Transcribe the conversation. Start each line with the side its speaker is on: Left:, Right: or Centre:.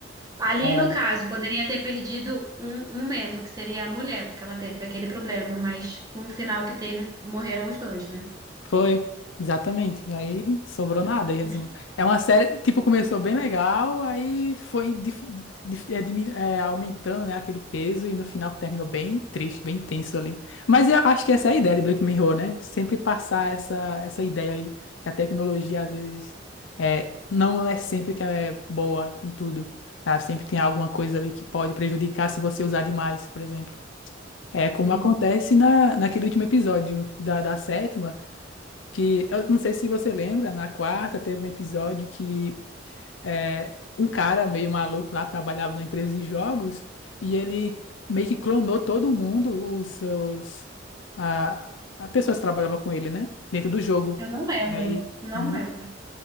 Right: ali
Left: É.
Right: no caso, poderia ter perdido um, um membro, que seria a mulher, porque ela teve aquele problema, mas com o final que teve, morreram os dois, né?
Left: Foi, exatamente. Aí sobrou nada, em resumo.
Right: Os-
Left: É uma série, tipo, começou bem legal, aí foi dif- dif- é, dimin- é, aumentando, né, aquele peso, e no final terminou bem triste, bem tenso ali. Mas eu acho que essa é a ideia de Black Mirror, né? Sempre passar essa, essa ideia aí, que a tecnologia, às vezes, é, não é sempre que ela é boa em tudo. Ela sempre tem alguma coisa ali que pode prejudicar se você usar demais, por exemplo. É como
Right: Sim,
Left: acontece na, naquele último episódio da, da sétima, que eu não sei se você lembra, na quarta teve um episódio que é, um cara meio maluco lá trabalhava numa empresa de jogos e ele meio que clonou todo mundo, os seus a, as pessoas que trabalhavam com ele, né, dentro do jogo.
Right: Eu não lembro,
Left: Aí
Right: não
Left: no-
Right: lembro.